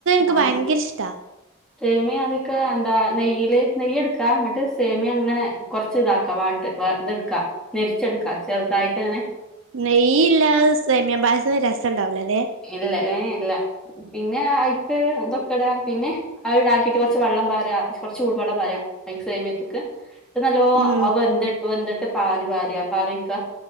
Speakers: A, on the right; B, in the centre.
A: അനക്ക്
B: ആഹ്
A: ഭയങ്കര ഇഷ്ട
B: സേമിയ അതിക്കെ എന്താ നെയ്യിൽ നെയ്യി എടുക്കാ എന്നിട്ട് സേമിയ അങ്ങനെ കുറച്ച് ഇതാക്കാ വാ ഇതെടുക്കാ നരിച്ചെടുക്ക ചെറുതായിട്ട് അങ്ങനെ
A: നെയ്യ് ഇല്ലാതെ സേമിയ പായസം രസണ്ടാവലോല്ലെ
B: ഇല്ല ഏ ഇല്ല പിന്നെ ആയ്ക്ക് ഇതൊക്കെ ഇട പിന്നെ അത് ഇതാക്കിയിട്ട് കുറച്ച് വെള്ളം ബാര കുറച്ച് ചൂടു വെള്ളം വാരാ സെമിയത്തേക്ക് ന്നിട്ട് നല്ലോ
A: ഉം
B: അഹ് വെന്തി വെന്തിട്ട് പാല് വാര പാല് ഒഴിക്ക